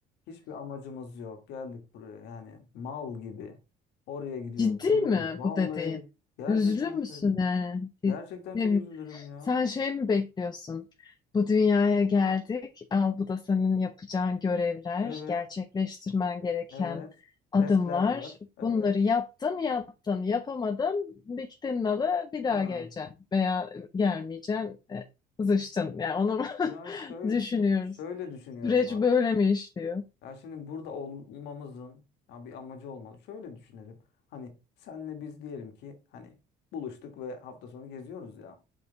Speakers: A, on the left; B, on the left.
A: hiçbir amacımız yok. Geldik buraya yani mal gibi. Oraya gidiyoruz,
B: Ciddi
A: buraya
B: mi
A: gidiyoruz. Vallahi
B: bu dediğin?
A: gerçekten
B: Üzülür müsün
A: söylüyorum.
B: yani? Bir-
A: Gerçekten
B: Ne
A: çok
B: bileyim,
A: üzülürüm ya.
B: Sen şey mi bekliyorsun? Bu dünyaya geldik. Al bu da senin yapacağın görevler,
A: Evet,
B: gerçekleştirmen gereken
A: evet.
B: adımlar.
A: Testler var. Evet.
B: Bunları yaptın, yaptın, yapamadın, diktin nalı, bir daha
A: Ha.
B: geleceksin veya gelmeyeceksin, e, zıçtın.
A: Hı hı.
B: Yani onu
A: Ya
B: <laughs>
A: şöyle
B: düşünüyoruz.
A: şöyle düşünüyorum
B: Süreç
A: bak.
B: böyle mi işliyor?
A: Ya şimdi burada olmamızın ya bir amacı olmalı. Şöyle düşünelim. Hani senle biz diyelim ki hani buluştuk ve hafta sonu geziyoruz ya.